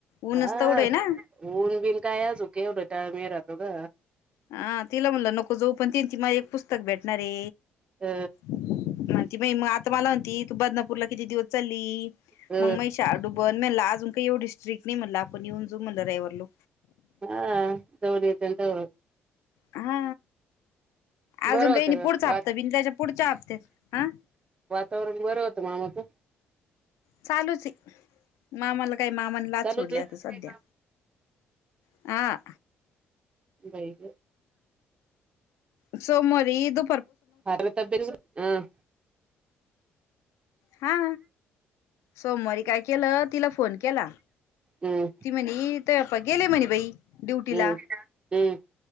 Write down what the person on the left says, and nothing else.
ऊनच
तेवढं आहे ना
हा तिला म्हणलं नको जोऊ पण ती त मला एक पुस्तक भेटणारे
म्हण. आता मला म्हणती तू बदलापूरला किती दिवस चालली?
मग म शाळा डुबन म्हणलं अजून काही येव डस्ट्रिकट नाही म्हणलं आपण येऊन जाऊ म्हणलं रावर लो
हा
अजून
काही नाही पुढचा
हप्त बिन त्याच्या पुढच्या हपत हा
चालूच आहे मामाला काय मामाने लाच
सोडल्या
आता सध्या आ
सोमरी द
हा सोमवारी काय केलं तिला फोन केला.
ती म्हणे ते गेले म्हणे बाई ड्युटीला